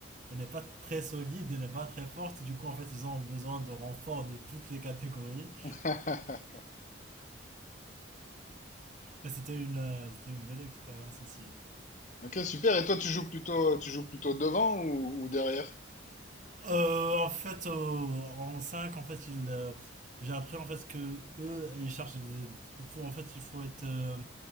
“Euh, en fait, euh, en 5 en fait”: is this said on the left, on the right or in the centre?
Right